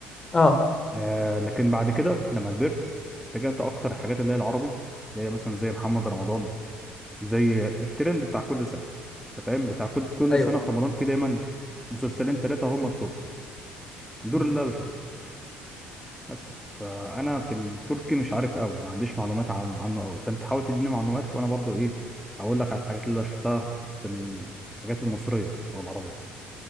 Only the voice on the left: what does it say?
اه
ايوه
اه